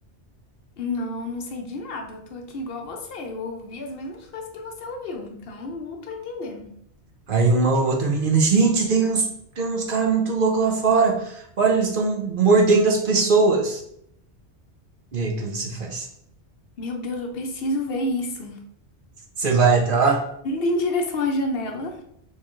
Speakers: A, on the left; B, on the right.
A: Não, não sei de nada. Eu tô aqui igual você. Eu ouvi as mesmas coisas que você ouviu, então não tô entendendo.
B: Aí uma outra menina, gente, tem uns, tem uns caras muito loucos lá fora. Olha, eles estão mordendo as pessoas. E aí, o que você faz?
A: Meu Deus, eu preciso ver isso.
B: Você vai até lá?
A: indo em direção à janela,